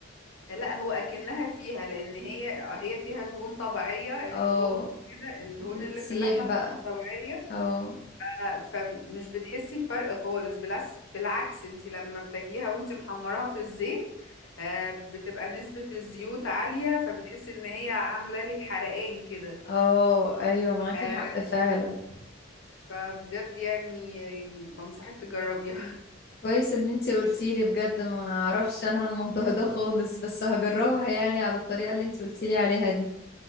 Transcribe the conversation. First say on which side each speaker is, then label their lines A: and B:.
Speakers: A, on the left; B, on the left.
A: لا هو اكنها فيها لان هي هي فيها دهون طبيعية اللحوم
B: اه
A: كده الدهون
B: بتسيح
A: اللي في اللحمة
B: بقى
A: بتبقى طبيعية
B: اه
A: ف- فمش بتحسي بفرق خالص بالعكس بالعكس انت لما بتاكليها وانت محمراها في الزيت آه، بتبقى نسبة الزيوت عالية فبتحسي ان هي عاملة لك حرقان كده
B: اه ايوه معاكي
A: آه،
B: حق فعلا
A: فبجد يعني يعني بنصحك تجربيها
B: كويس ان انتي قلتيلي بجد ما اعرفش انا عن الموضوع ده خالص بس هجربها يعني على الطريقة اللي انتي قلتيلي عليها دي